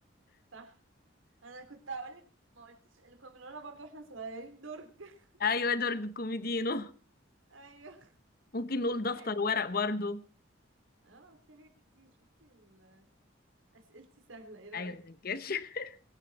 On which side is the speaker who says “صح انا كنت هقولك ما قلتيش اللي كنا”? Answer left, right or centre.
Right